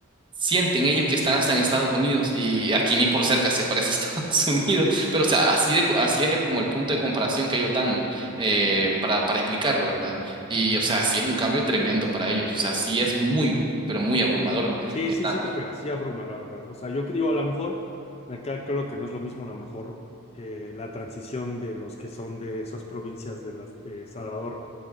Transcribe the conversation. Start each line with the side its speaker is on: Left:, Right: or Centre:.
Right: sienten ellos que están hasta en Estados Unidos y aquí ni por cerca se parece a Estados <laughs> Unidos, pero o sea, así de, así es el, como el punto de comparación que ellos dan eh, para, para explicarlo, ¿verdad? Y o sea, sí es un cambio tremendo para ellos, o sea, sí es muy, pero muy abrumador.
Left: Sí,
Right: eh,
Left: sí,
Right: tan-
Left: sí te pega, sí abruma, la verdad. O sea, yo que digo, a lo mejor, me queda creo que no es lo mismo, a lo mejor, eh, la transición de los que son de esas provincias de las de Salvador